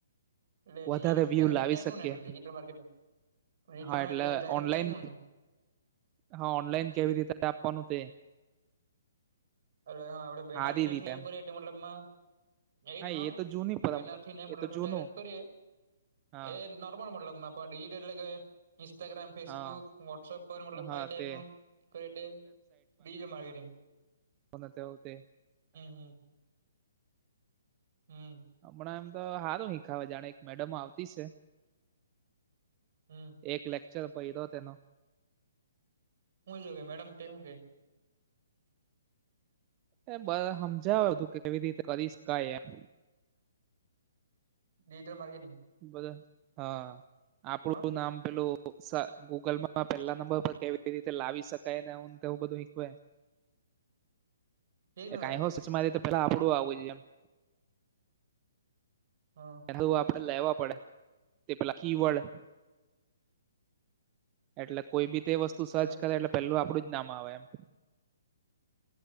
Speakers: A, on the right; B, on the right.
A: એટલે
B: વધારે વ્યુ
A: જાહેરાત
B: લાવી
A: ટાઈપનું
B: શકીએ
A: નેજિટલ માર્કેટિજટલ
B: હા
A: માર્ટલે
B: એટલે
A: જાહેરાત
B: ઓનલાઈન
A: ટાઈપનું ને.
B: હા ઓનલાઈન કેવી રીતે આપવાનું તે.
A: એ હા આપડે બેનર
B: સારી
A: ની
B: રીતે
A: થીમ
B: એમ
A: કરીએ મતલબમાં એ
B: હા
A: ન
B: તો જૂની
A: એ
B: પરંપરા
A: બેનર થી નેતલબ
B: એ તો
A: અ
B: જૂનું
A: જાહેરાત કરીએ.
B: હા
A: એ નોર્મલ મતલબ ડિજિટલ એટલે કે ઇન્સ્ટાગ્રામ ફેસબુક
B: હા
A: વોટસઅપ પરતલબાઈપ
B: હા
A: માર્કેટંગ.
B: તે કોના તે હો તે,
A: હમ હમ,
B: હમણાં એમ તો સારું હિંખ આવે જાણે એક મેડમ આવતી છે.
A: હમ.
B: એક લેક્ચર ભી દો તેનો.
A: હું જોગ મેડમ તે હું કેઈ?
B: એ બધ સમજાવે તું કે કેવી રીતે કરીશકાય એમ.
A: ડિજિટલ માર્કેટંગ-
B: બધ હા આપડું
A: હા
B: નામ પેલું- ગૂગલપમાં પેલા નંબર પર કેવી રીતે લાવી શકાય નેવું બધું ખ-
A: <inaudible> એક ના
B: કઈ
A: લાવે
B: હો સચમારી તો પેલા આપડું આવું છે એમ-
A: હા
B: હું આપડે લેવા પડે તે પેલા કીબોર્ડ - એટલે કોઈ બી તે વસ્તુ
A: કેવા
B: સર્ચ કરે એટલે પેલું આપડું જ નામ આવે એમ-